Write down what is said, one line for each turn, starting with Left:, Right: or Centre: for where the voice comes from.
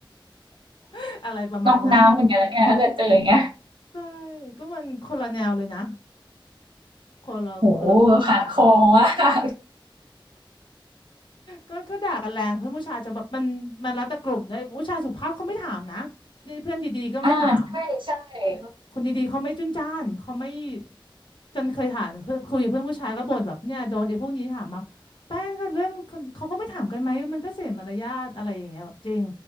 Left: <laughs> อะไรประมาณนั้น
Right: นอกน้ำเหมือนกันนะเนี่ยถ้าเกิดเจออย่างเงี้ย
Left: ใช่ก็มันคนละแนวเลยนะคนละคนละขั้วค่ะ
Right: โอ้โฮ hardcore มาก
Left: ก็ก็ด่ากันแรงเพื่อนผู้ชายจะแบบมันมันแล้วแต่กลุ่มด้วยผู้ชายสุภาพเขาไม่ถามนะนี่เพื่อนดีๆก็ไม่ถาม
Right: อาใช่ๆเขาก็
Left: คนดีๆเขาไม่จุนจ้านเขาไม่จนเคยถามเพื่อนคุยกับเพื่อนผู้ชายก็บ่นแบบเนี่ยโดนไอ้พวกนี้ถามมาแป้งก็เรื่องคนเขาก็ไม่ถามกันไหมมันก็เสียมารยาทอะไรอย่างเงี้ยจริง